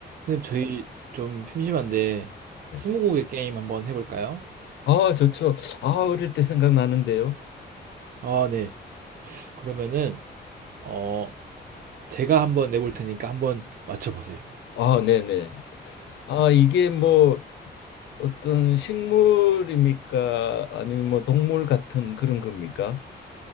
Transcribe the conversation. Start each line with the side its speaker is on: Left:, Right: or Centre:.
Right: 선생님, 저희 좀 심심한데
Left: 네.
Right: 스무고개 게임 한번 해볼까요?
Left: 아, 좋죠. 아, 어릴 때 생각나는데요.
Right: 아, 네. 그러면은 어 제가 한번 내볼 테니까 한번 맞춰보세요.
Left: 아, 네네. 아, 이게 뭐 어떤 식물입니까? 아니면 뭐 동물 같은 그런 겁니까?